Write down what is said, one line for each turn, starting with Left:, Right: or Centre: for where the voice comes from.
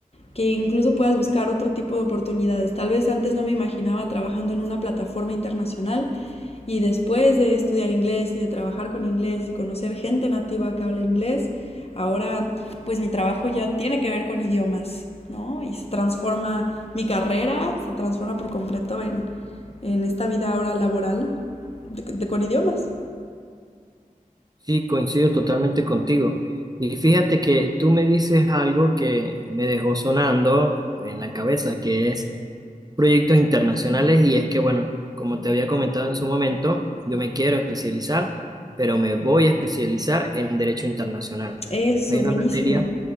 Left: que incluso puedas buscar otro tipo de oportunidades. Tal vez antes no me imaginaba trabajando en una plataforma internacional, Y después de estudiar inglés y de trabajar con inglés y conocer gente nativa que habla inglés, ahora pues mi trabajo ya tiene que ver con idiomas, ¿no? Y se transforma mi carrera, se transforma por completo en, en esta vida ahora laboral de, de, con idiomas.
Right: Sí, coincido totalmente contigo. Y fíjate que tú me dices algo que me dejó sonando en la cabeza, que es proyectos internacionales. Y es que, bueno, como te había comentado en su momento, yo me quiero especializar, pero me voy a especializar en derecho internacional.
Left: Eso,
Right: Hay una
Left: buenísimo.
Right: materia